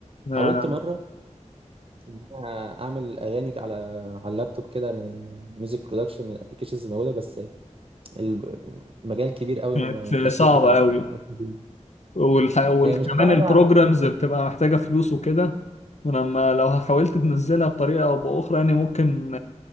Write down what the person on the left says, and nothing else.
آه،
كانت
صعبة
أوي
والح... وكمان
البروجرامز
بتبقى محتاجة فلوس وكده ولما لو حاولت تنزلها بطريقة أو بأخرى يعني ممكن